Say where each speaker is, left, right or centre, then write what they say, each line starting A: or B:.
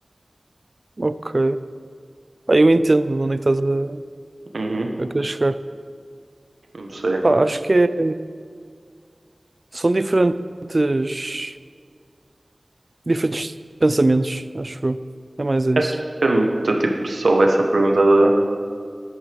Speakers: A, on the right (about 40°); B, on the right (about 75°).
A: Ok. Ah, eu entendo de onde é que estás a,
B: Uhum.
A: a querer chegar.
B: Não sei.
A: Pá, acho que é- são diferentes. Diferentes pensamentos, acho eu. É mais isso.
B: Acho que depende muito do tipo de pessoa essa pergunta do